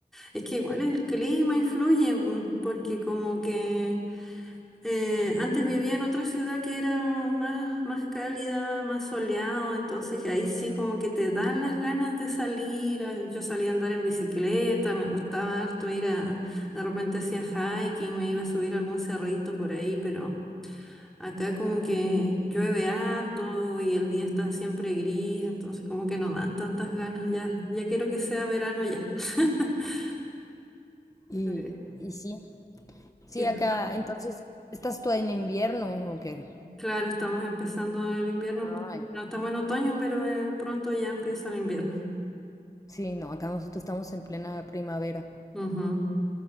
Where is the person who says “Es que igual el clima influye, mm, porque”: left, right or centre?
Centre